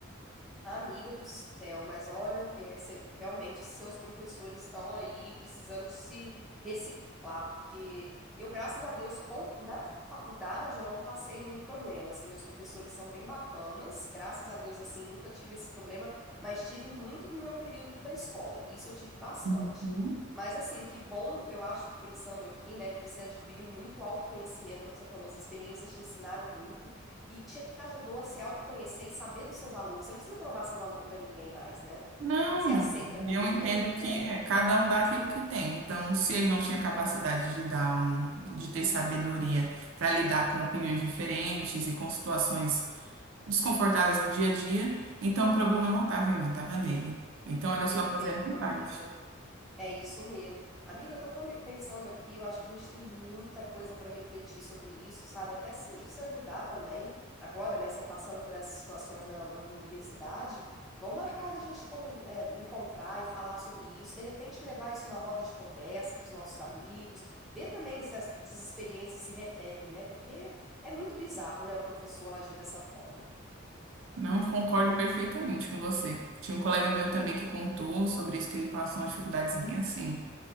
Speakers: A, in the centre; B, on the right.
A: Amiga do céu, mas olha, é, cê- realmente seus professores estão aí precisando de se reciclar, porque eu, graças a Deus, com, na faculdade eu não passei nenhum problema, assim, meus professores são bem bacanas, graças a Deus, assim, nunca tive esse problema, mas tive muito no meu período da escola, e isso eu tive bastante.
B: Uhum.
A: Mas, assim, que bom, eu acho, pensando aqui, né, que você adquiriu muito autoconhecimento, é o que você falou, as experiências te ensinaram muito e te ajudou a se autoconhecer e saber do seu valor. Você não precisa provar seu valor para ninguém mais, né?
B: Não,
A: Ser aceita por
B: eu
A: ninguém,
B: entendo
A: né?
B: que é, cada um dá aquilo que tem. Então, se ele não tinha capacidade de dar um, de ter sabedoria para lidar com opiniões diferentes e com situações desconfortáveis do dia a dia, então o problema não estava em mim, estava nele. Então era
A: Perfeito,
B: só fazer a minha
A: amiga.
B: parte.
A: É isso mesmo. Amiga, eu tô com- pensando aqui, eu acho que a gente tem muita coisa para refletir sobre isso, sabe? Até se, se ajudar também, agora, né? Você passando por essas situações na, na universidade, vão marcar da gente comi- é, encontrar e falar sobre isso, de repente levar isso numa roda de conversa com os nossos amigos, ver também se essas experiências se repetem, né? Porque é muito bizarro, né? Um professor agir dessa forma.
B: Não concordo perfeitamente com você. Tinha um colega meu também que contou sobre isso que ele passou umas dificuldades bem assim,